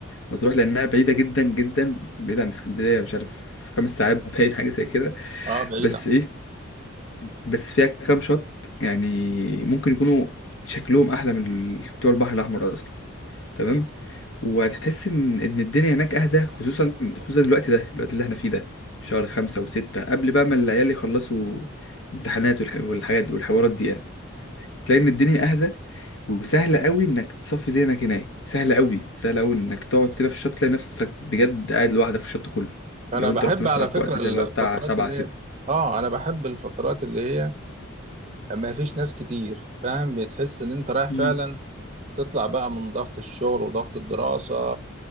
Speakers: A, on the left (about 65°); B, on the right (about 30°).
A: مطروح لانها بعيده جدا جدا بعيده عن اسكندريه مش عارف خمس ساعات باين حاجه زي كده
B: اه بعيده
A: بس ايه بس فيها كام شط يعني ممكن يكونوا شكلهم احلى من ال- بتوع البحر الاحمر اصلا تمام وهتحس ان ان الدنيا هناك اهدى خصوصا خصوصا الوقت ده الوقت اللي احنا فيه ده شهر خمسة وستة قبل بقى ما العيال يخلصوا امتحانات والح- والحاجات والحوارات دي يعني. تلاقي ان الدنيا اهدى وسهل قوي انك تصفي ذهنك هناك سهل قوي سهل قوي انك تقعد كده في الشط تلاقي نفسك بجد قاعد لوحدك في الشط كله
B: انا
A: لو
B: بحب
A: انت رحت مثلا
B: على
A: في
B: فكره
A: وقت زي
B: ال-
A: اللي
B: الفترات
A: هو بتاع سبعة
B: اللي
A: ستة
B: هي اه انا بحب الفترات اللي هي ما فيش ناس كتير فاهم بتحس ان انت رايح
A: مم.
B: فعلا تطلع بقى من ضغط الشغل وضغط الدراسه